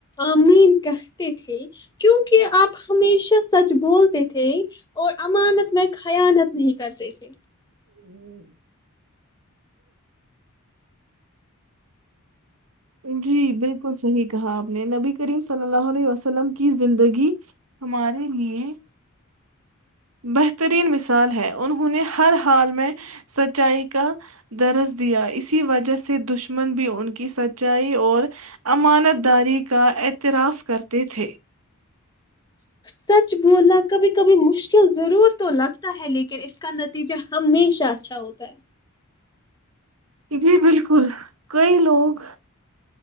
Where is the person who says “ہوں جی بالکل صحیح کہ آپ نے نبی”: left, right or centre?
Right